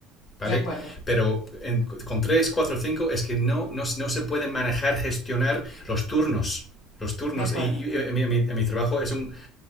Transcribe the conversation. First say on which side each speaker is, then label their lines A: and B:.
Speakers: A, on the left (about 30°); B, on the left (about 70°).
A: ¿vale?
B: De acuerdo,
A: Pero en, con tres, cuatro, cinco es que no, no, no se pueden manejar, gestionar los turnos los turnos.
B: de acuerdo.
A: Y, y en, mi, en, mi, trabajo es un,